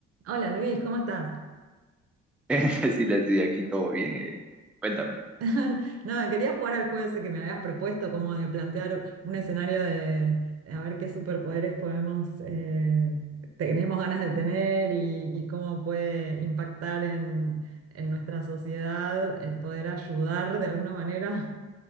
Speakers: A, on the right; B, in the centre.
A: Hola Luis, ¿cómo estás?
B: <laughs> Sí, les di aquí todo bien. eh, Cuéntame.
A: <laughs> Nada, quería jugar al juego ese que me habías propuesto, como de plantear un escenario de, de a ver qué superpoderes podemos, eh, tenemos ganas de tener y, y cómo puede impactar en, en nuestra sociedad el poder ayudar de alguna manera